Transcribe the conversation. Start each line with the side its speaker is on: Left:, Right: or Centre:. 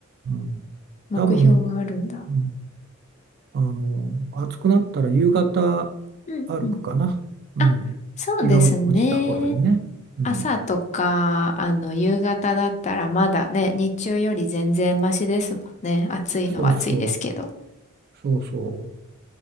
Right: ん。
Left: 目標があるんだ。
Right: 多分うんあの暑くなったら夕方
Left: うんうん。
Right: 歩くかな、うん、
Left: あ、そうですね。
Right: 日が落ちた頃にね、うん、
Left: 朝とか、あの、夕方だったらまだね、日中より全然マシですもんね。暑いのは暑いですけど。
Right: そうそうそうそ